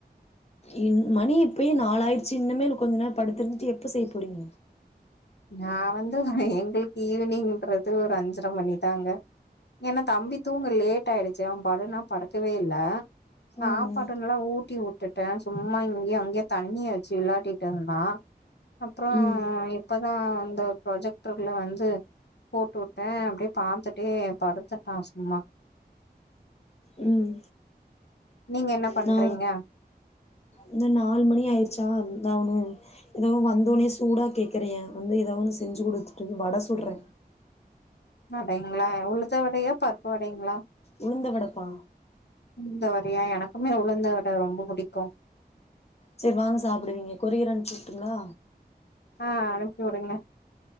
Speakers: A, on the left; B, on the left.
A: இன் மணி இப்பேயே நாலாயிர்ச்சி இன்னமேல் கொஞ்ச நேரே படுத்திருந்துட்டு எப்ப செய்ய போறீங்க
B: நா வந்து எங்களுக்கு ஈவினிங்ன்றது ஒரு அஞ்சர மணிதாங்க ஏனா தம்பி தூங்க லேட் ஆயிடுச்சி அவ படுனா படுக்கவே இல்ல சாப்பாடு
A: ம்
B: நல்லா ஊட்டி வுட்டூ ட சும்மா இங்கியு அங்கியு தண்ணிய வச்சி விளாடிட்ருந்தா அப்புறோ
A: ம்
B: இப் அதா அந்த ப்ராஜெக்டர்ல வந்து போட்டு வுட்ட அப்டியே பாத்துட்டே படுத்துட்டா சும்மா
A: ம்
B: நீங்க என்ன பண்றீங்க
A: நா இந்த நாலு மணி ஆய்ருச்சா நானு ஏதா வந்தோனே சூடா கேக்குறியா வந்து ஏதோ ஒன்னு செஞ்சு குடுத்துட்டு வட சுட்ற
B: வடைங்ளா உளுத்த வடயா பருப்பு வகைங்ளா
A: உளுந்த வடப்பா
B: உளுந்த வடய எனக்குமே உளுந்த வட ரொம்ப புடிக்கு
A: செர் வாங்க சாப்டுவீங்க கொரியர் அனுச்சுட்டுங்ளா
B: ஆ அனுப்பி வுறங்க